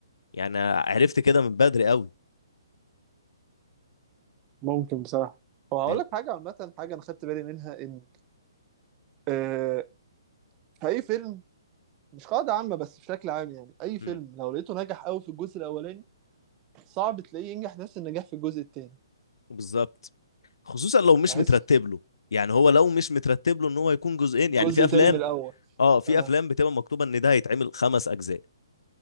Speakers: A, on the left; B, on the right.
A: يعني عرفت كده من بدري قوي
B: ممكن بصراحه هو هقول
A: لان
B: لك حاجه عامه حاجه انا خدت بالي منها ان آه، فأي فيلم مش قاعدة عامة بس بشكل عام يعني أي
A: مم،
B: فيلم لو لقيته نجح أوي في الجزء الأولاني صعب تلاقيه ينجح نفس النجاح في الجزء التاني
A: بالظبط خصوصا لو مش
B: بحس
A: مترتب له يعني هو لو مش مترتب له ان هو يكون جزئين
B: جزء
A: يعني في افلام
B: تاني من الأول
A: اه في
B: آه
A: افلام بتبقى مكتوبه ان ده هيتعمل خمس اجزاء